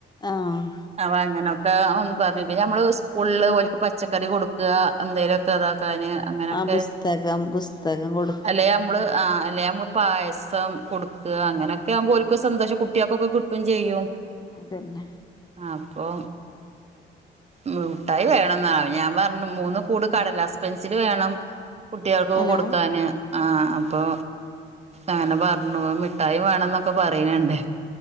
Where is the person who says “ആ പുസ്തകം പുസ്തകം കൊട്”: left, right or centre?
Left